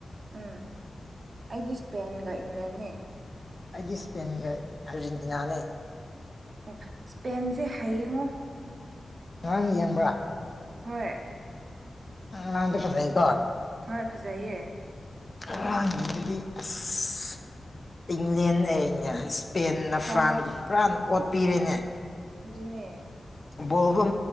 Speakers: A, on the right; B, on the left.
A: ꯎꯝ ꯑꯩꯗꯤ ꯁ‍꯭ꯄꯦꯟꯒ ꯏꯪꯂꯦꯟꯅꯦ
B: ꯑꯩꯗꯤ ꯁꯄꯦꯟꯒ ꯑꯥꯔꯖꯦꯟꯇꯤꯅꯥꯅꯦ
A: ꯑꯣ ꯁ꯭ꯄꯦꯟꯁꯦ ꯍꯩꯌꯉꯣ
B: ꯉꯔꯥꯡ ꯌꯦꯡꯕ꯭ꯔꯥ
A: ꯍꯣꯏ
B: ꯑꯉꯥꯡꯗꯣ ꯐꯖꯩ ꯀꯣ
A: ꯍꯣꯏ ꯐꯖꯩꯌꯦ
B: ꯉꯔꯥꯡꯒꯤꯗꯗꯤ ꯑꯁ ꯏꯪꯂꯦꯟ ꯑ ꯁ꯭ꯄꯦꯟ ꯅ
A: ꯐ꯭ꯔꯥꯟꯁ
B: ꯐ꯭ꯔꯥꯟꯗꯨ ꯄꯨꯔꯥꯅ ꯑꯣꯠꯄꯤꯔꯤꯅꯦ
A: ꯑꯗꯨꯅꯦ
B: ꯕꯣꯜꯕꯨ